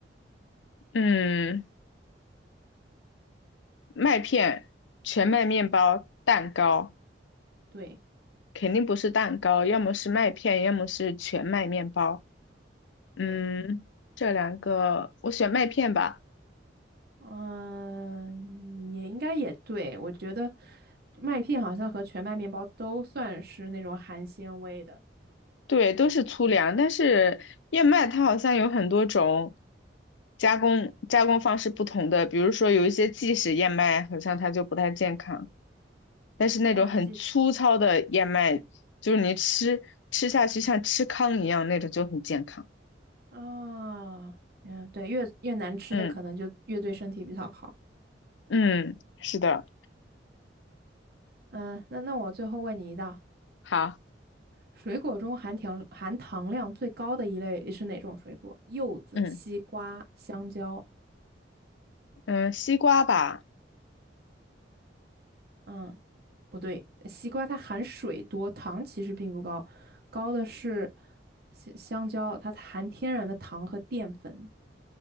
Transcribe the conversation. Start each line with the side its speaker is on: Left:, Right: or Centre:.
Left: 嗯，麦片、全麦面包、蛋糕。
Right: 对
Left: 肯定不是蛋糕，要么是麦片，要么是全麦面包。
Right: 对，
Left: 嗯，这两个我选麦片吧。
Right: 嗯，也应该也对。我觉得麦片好像和全麦面包都算是那种含纤维的
Left: 对，都是粗粮，但是燕麦它好像有很多种加工加工方式不同的，比如说有一些即食燕麦，好像它就不太健康，但是那种很粗糙的燕麦，
Right: 啊，即使
Left: 就是你吃吃下去像吃糠一样那种就很健康。
Right: 啊，嗯，对，越越难吃的可能就越对身体比较好。
Left: 嗯嗯，是的，
Right: 嗯，那那我最后问你一道，
Left: 好，
Right: 水果中含糖含糖量最高的一类是哪种水果？柚子、
Left: 嗯
Right: 西瓜、香蕉。
Left: 嗯，西瓜吧。
Right: 嗯，不对，西瓜它含水多，糖其实并不高，高的是香香蕉，它含天然的糖和淀粉，